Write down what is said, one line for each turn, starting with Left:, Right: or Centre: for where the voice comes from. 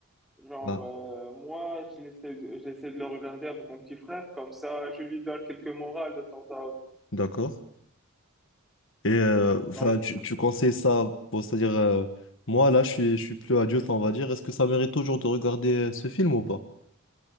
Centre: Genre,
Left: ah,
Centre: euh, moi, j'essaie de, j'essaie de le regarder avec mon petit frère, comme ça, je lui donne quelques morales de temps à autre.
Left: d'accord. Et euh, enfin,
Centre: Donc,
Left: tu, tu conseilles ça pour, c'est-à-dire euh, moi là, je suis, je suis plus adulte, on va dire. Est-ce que ça mérite toujours de regarder euh, ce film ou pas?